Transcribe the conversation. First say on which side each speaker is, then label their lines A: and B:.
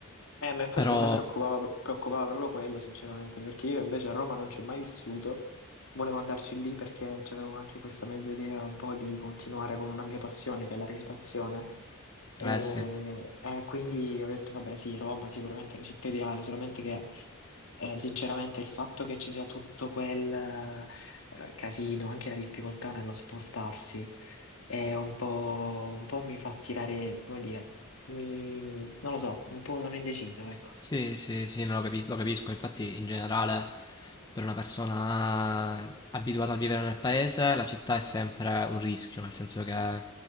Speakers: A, on the left (about 70°); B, on the left (about 20°).
A: Eh, ma infatti
B: Però,
A: a me preoccupava, preoccupava proprio quello, sinceramente, perché io invece a Roma non ci ho mai vissuto. Volevo andarci lì perché avevo anche questa mezza idea un po' di continuare con una mia passione, che è la recitazione. E,
B: eh sì.
A: eh, quindi ho detto, vabbè, sì, Roma sicuramente è la città ideale, solamente che eh, sinceramente il fatto che ci sia tutto quel eh, casino, anche la difficoltà nello spostarsi, è un po', un po' mi fa tirare, come dire, mi- non lo so, un po' sono indeciso, ecco.
B: Sì, sì, sì, no, lo capis- lo capisco. Infatti, in generale, per una persona abituata a vivere nel paese, la città è sempre un rischio, nel senso che